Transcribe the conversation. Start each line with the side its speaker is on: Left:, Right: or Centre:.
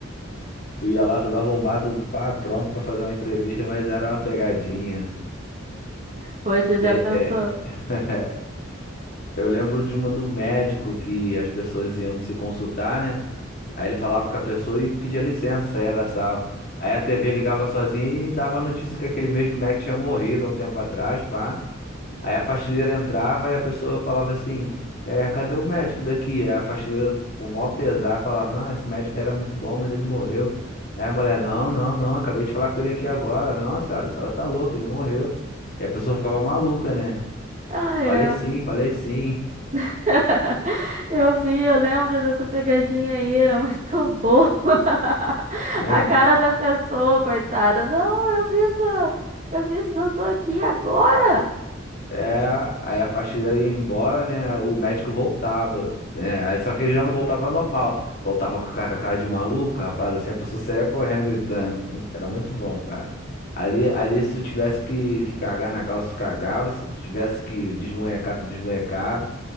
Left: Tu ia lá todo arrumado, pá, pronto pra fazer uma entrevista, mas era uma pegadinha.
Right: Poxa,
Left: Te-
Right: já pensou?
Left: é- <laughs> Eu lembro de uma do médico que as pessoas iam se consultar, né? Aí ele falava com a pessoa e pedia licença, saía da sala. Aí a TV ligava sozinha e dava a notícia que aquele mesmo médico tinha morrido há um tempo atrás, pá. Aí a faxineira entrava e a pessoa falava assim: é, cadê o médico daqui? Aí a faxineira, com o maior pesar, falava: não, esse médico era muito bom, mas ele morreu. Aí a mulher: não, não, não, acabei de falar com ele aqui agora. Não, senhora, a senhora tá louca, ele morreu. E a pessoa ficava maluca, né?
Right: Ah, é.
Left: Falei sim, falei sim,
Right: <laughs> Eu vi, eu lembro dessa pegadinha aí, era muito boa. <laughs>
Left: né?
Right: A cara da pessoa, coitada. Não, eu vi isso, eu vi isso, eu tô aqui agora.
Left: É, aí a faxineira ia embora, né? O médico voltava, né? Aí só que ele já não voltava normal, voltava com a ca- com a cara de maluco, rapaz. Assim a pessoa saía correndo, gritando. Muito- Era muito bom, cara. Ali, ali se tu tivesse que, que cagar na calça, tu cagava. Se tivesse que desmonhecar, tu desmonhecava.